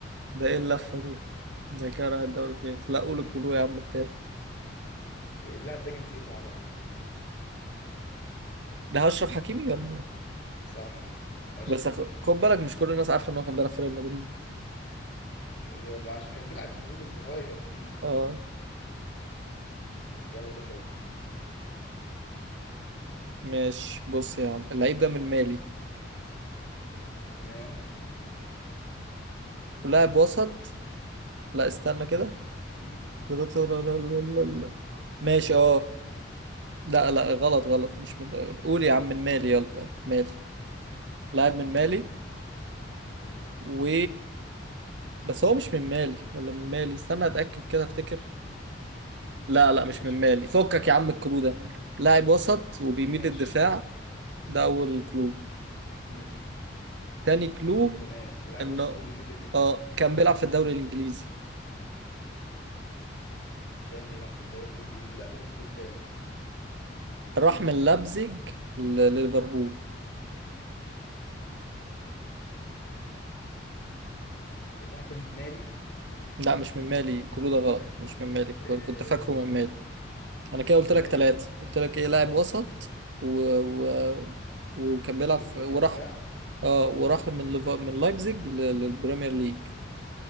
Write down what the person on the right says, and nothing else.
ده إيه اللفة
دي؟ ده كده راح الدوري فين؟ لا قول الكلو يا عم التالت
ده أشرف حكيمي ولا إيه؟
بس خ-
خد
بالك مش كل الناس عارفة إن هو كان بيلعب في ريال مدريد
أه
ماشي بص يا عم اللعيب ده من مالي
ولاعب وسط لا استنى كده
ده كنت- لا- لا- لا-
لا- لا. ماشي أه لا لا غلط غلط مش من قول يا عم من مالي يلا مالي لاعب
من مالي
و بس هو مش من مالي ولا من مالي استنى أتأكد كده أفتكر لا لا
مش من
مالي فكك يا عم الكلو ده لاعب وسط وبيميل
للدفاع ده اول كلو
تاني كلو
انه
اه كان
بيلعب في الدوري الانجليزي
راح من لابزيج لليفربول
لا مش من
مالي الكلو ده غلط مش من مالي
كنت كنت فاكره من مالي انا كده
قلت
لك
ثلاثة قلت لك ايه لاعب
وسط و... و... وكان بيلعب
في...
وراح
اه وراح من ليف... من لايبزيج لل- للبريمير ليج